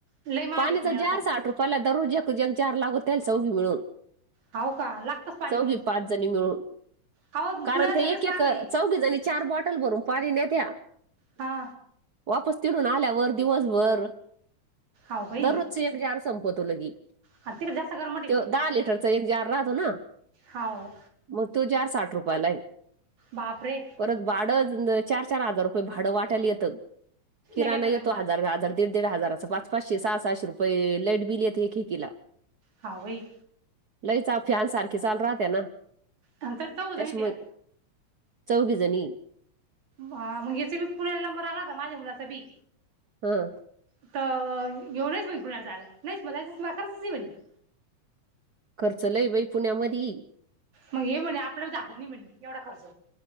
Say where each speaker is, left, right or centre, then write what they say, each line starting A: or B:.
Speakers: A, on the right; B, on the right.
A: लई माग
B: पाण्याचा
A: आहे पुण्याला
B: जार
A: खर्च
B: साठ रुपयाला दररोज एक जार लागतो चौघी मिळून.
A: हो का लागतंच पाणी
B: चौघी
A: मग
B: पाच जणी मिळून.
A: अहो
B: कारण
A: पुण्याला
B: ते
A: सगळेच
B: एक
A: माग
B: एक
A: आहे
B: चौघीजणी चार बॉटल भरून पाणी नेत्या.
A: हा.
B: ऑफिस वरून आल्यावर दिवसभर
A: हो बाई
B: दररोजच एक जार संपवतो लगी.
A: हा तिकड जास्ती गरम.
B: तो दहा लिटरचा एक जार राहतो ना.
A: हो.
B: म तो जार साठ रुपयाला य.
A: बापरे!
B: परत भाडं चार चार हजार रुपये भाडं वाट्याला येतं,, किराणा
A: एका एका
B: येतो
A: जणीला
B: हजार दीड दीड हजाराचां पाच पाचशे सहा सहाे रुपये, लाईट बिल येत एकेकिला.
A: हावई.
B: लईचा फ्यान सारखी चालू राहते ना,
A: आणि तरी चौघ
B: त्यांच्यामुळे.
A: जणी त्या
B: चौघीजणी.
A: हा, मग हचबी पुण्याला नंबर आलाता माझ्या मुलाचा बी.
B: हां.
A: <unintelligible>
B: खर्च लयी बाई पुण्यामधी
A: मग ये म्हटलं आपल्याला झेपत नाही म्हटले,, घेवडा खर्च.